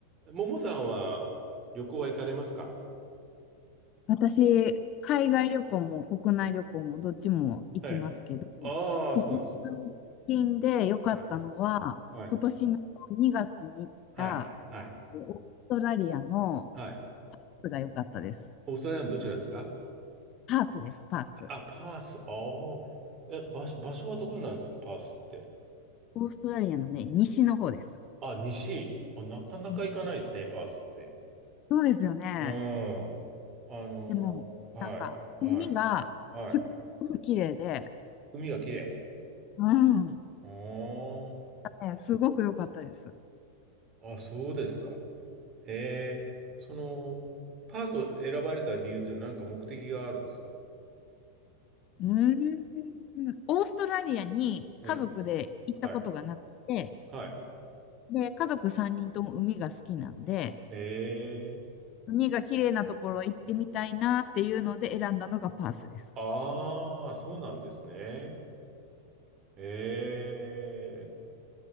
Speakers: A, on the right (about 30°); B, on the left (about 35°).
A: ももさんは旅行は行かれますか
B: 私、海外旅行も国内旅行もどっちも行きますけど、
A: ええ。ああ、
B: 国内近で良かったのは、
A: そうなんです。はい。はい。
B: 今年の2月に行った
A: はい。はい。
B: オーストラリアの
A: はい。
B: が良かったです。
A: オーストラリアのどちらですか
B: パースです、パース。
A: あ、パース。ああ。え、場所、場所はどこになるんですかパースって。
B: オーストラリアのね、西の方です。
A: あ、西。あ、なかなか行かないですね、
B: うん
A: パースって。
B: そうですよね。
A: うん。あのーはい。
B: でも、
A: はい。
B: 海がすっごく綺麗で、
A: はい。海が綺麗。
B: うん、
A: あ
B: ねすごく良かったです。
A: あ。あ、そうですか。へえ。その、パースを選ばれた理由というのは何か目的があるんですか
B: うーん。オーストラリアに家族で行ったことがなくて、
A: うん。はい。はい。
B: で、家族3人とも海が好きなんで、
A: ええ
B: 海が綺麗なところ行ってみたいなっていうので選んだのがパースです。
A: ああそうなんですね。ええ